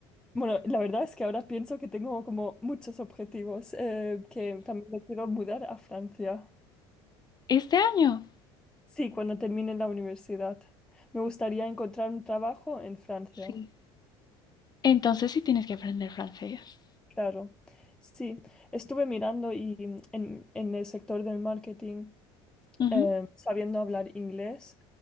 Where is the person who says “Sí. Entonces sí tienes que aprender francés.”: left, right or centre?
Left